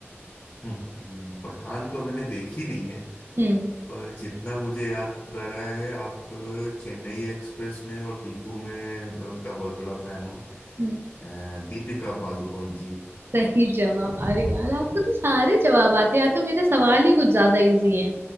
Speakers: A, on the left; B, on the right.
A: हम्म हम्म, पठान तो मैंने देखी नहीं है
B: हम्म
A: पर जितना मुझे याद आ रहा है आप अ, चेन्नई एक्सप्रेस में और पीकू में मैं उनका बहुत बड़ा फैन हूँ
B: हम्म।
A: अ, दीपिका पादुकोण जी
B: सही जवाब अरे यार आपको तो सारे जवाब आते हैं या तो मेरे सवाल ही कुछ ज्यादा इजी हैं